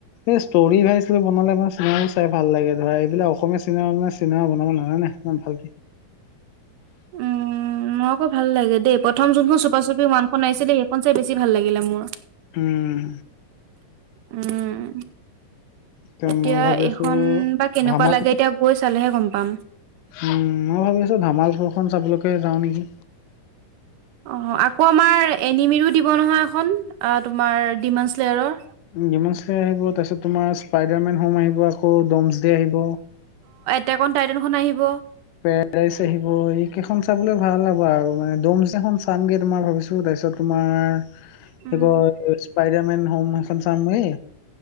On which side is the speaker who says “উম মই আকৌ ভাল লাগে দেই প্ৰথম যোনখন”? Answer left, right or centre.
Right